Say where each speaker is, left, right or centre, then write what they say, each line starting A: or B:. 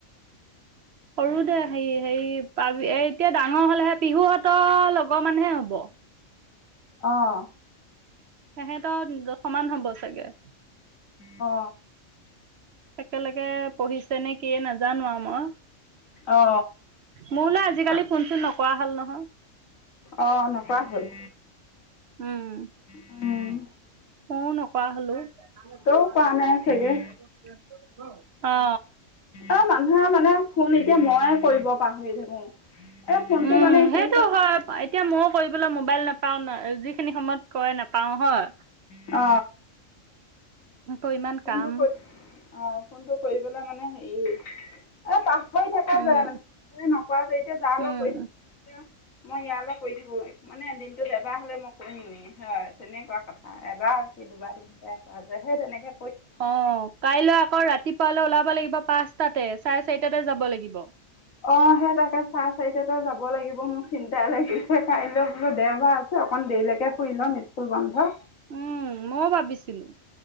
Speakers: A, on the right; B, on the left.
A: সৰু দে হেৰি হেৰি পাবি এ এতিয়া ডাঙৰ হলেহে পিহুহতৰ লগৰ মানহে হব।
B: আহ
A: সহেতৰ সমান হব চাগে।
B: অ
A: একেলগে পঢ়িছে নে কি নাজানো মই
B: অ
A: মোলো আজিকালি ফোনচোন নকৰা হল নহয়
B: অ' নকৰা হল
A: উম
B: উম
A: মইয়ও নকৰা হলো <unintelligible>
B: তইও কৰা নাই চাগে
A: অ
B: অ', মানুহৰ মানে ফোন এতিয়া মই কৰিব পাহৰি থাকো। এই ফোনটো
A: উম
B: মানে কি
A: সেইটো হয় এতিয়া ময়ো কৰিবলৈ মোবাইল নাপাও ন যিখিনি সময়ত কয় নাপায়। পাওঁ হয়
B: অ
A: আকৌ ইমান
B: কোনটো
A: কাম
B: কৰিব অ ফোনটো কৰিবলে মানে হেৰি এ পাহ কৈ থকা
A: উম
B: যায় মানে নোৱা যে এতিয়া যা অলপ
A: উম
B: কৰি থাক মই ইয়াৰ অলপ কৈ থাকো মানে দিনটোত এবাৰ হলে মই কৰিমি হয় তেনেকুৱা কথা। এবাৰ কি দুবাৰ দিনতে আহে তেনেকে।
A: অ, কাইলৈ আকৌ ৰাতিপুৱালৈ ওলাব লাগিব পাঁচটাতে চাৰে চাৰিটাতে যাব লাগিব।
B: অ সেই তাকে চাহ চাৰিটাতে যাব লাগিব মোৰ চিন্তাই লাগিছে কাইলৈ বোলো দেওবাৰ আছে অকন দেৰিকে শুই লম স্কুল বন্ধ।
A: উম মইও ভাবিছিলো।